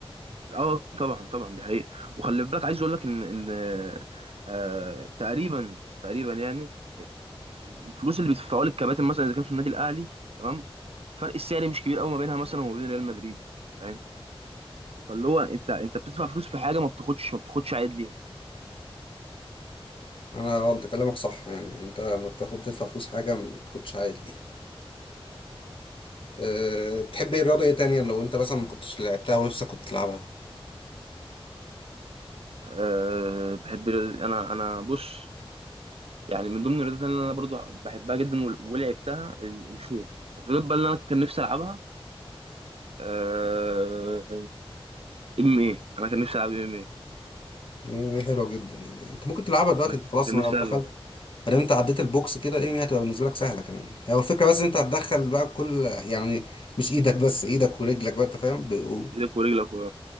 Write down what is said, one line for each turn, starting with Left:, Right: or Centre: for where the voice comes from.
Right: اه طبعا طبعا دي حقيقه وخلي بالك عايز اقول لك ان ان آه تقريبا تقريبا يعني الفلوس اللي بيدفعوها للكباتن مثلا اذا كان في النادي الاهلي تمام فرق السعر مش كبير قوي ما بينها مثلا وما بين ريال مدريد فاهم فاللي هو انت انت بتدفع فلوس في حاجه ما بتاخدش ما بتاخدش عائد ليها
Left: انا اه انت كلامك صح يعني انت لما بتاخد تدفع فلوس حاجه ما بتاخدش عائد ليها أه بتحب ايه رياضه ايه تانية لو انت مثلا ما كنتش لعبتها ونفسك كنت تلعبها
Right: أه بحب رياضة أنا أنا بص يعني من ضمن الرياضات اللي أنا برضو بحبها جدا ول- ولعبتها ال- الخيل الرياضة بقى اللي أنا كان نفسي ألعبها أه، ام ايه أنا كان نفسي ألعب ام ايه
Left: يعني هي حلوه جدا يعني انت ممكن تلعبها دلوقتي
Right: أنا
Left: انت خلاص
Right: كان
Left: ما
Right: نفسي
Left: لما
Right: ألعب
Left: دخلت بعدين انت عديت البوكس كده ايه هتبقى بالنسبه لك سهله كمان هي الفكره بس إن انت هتدخل بقى كل يعني مش ايدك بس ايدك ورجلك بقى انت فاهم ب- و-
Right: إيدك ورجلك و...